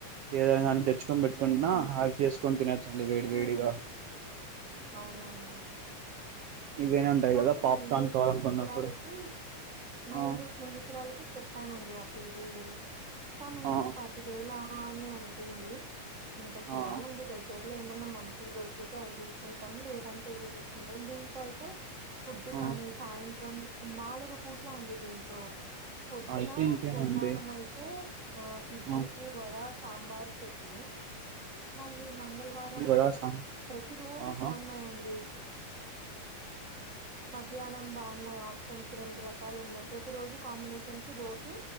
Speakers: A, on the right; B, on the right.
A: ఏదనా కాని తెచ్చుకొని పెట్టుకుంటున్నా
B: హ్మ్.
A: అవి చేసుకొని తిన తినొచ్చు అండి వేడివేడిగా
B: హ్మ్. అవునండి
A: ఇవైనా ఉంటాయి
B: కానీ
A: కదా
B: మన
A: పాప్కార్న్
B: ఇంకో స్నేహితురాలికి
A: కావాలనుకున్నప్పుడు
B: నా
A: ఆ
B: ఇంగో స్నేహితురాాలకి చెప్పానండి అ పిజీ తను
A: ఆ
B: పదివేలా అని అంటుంది ఇంకా చూడాలండి
A: ఆ
B: దగ్గరలో ఏమైన్నా మంచిలు దొరికుతే అవి తీసుకుంటాము లేదంటే ఇదే తీసుకుంటాం దీ నీలో అయితే ఫుడ్
A: ఆ
B: కానీ సాయంత్రం నాలుగు పూట్ల అండి దీంతో పొద్దున
A: అయితే ఇంకేమండి
B: సోమవారం అయితే ఆ ఇడ్లీ,
A: ఆ
B: వడ సాంబార్ చట్నీ మళ్ళీ మంగళవారము
A: బరాసా
B: ప్రతి రోజు
A: ఆహా
B: బాగున్నాయండి మధ్యాహ్నం బాగున్నాయి ఆప్షన్స్ రెండు రకాలు ఉన్నాయి ప్రతిరోజు కాంబినేషన్ రోటీ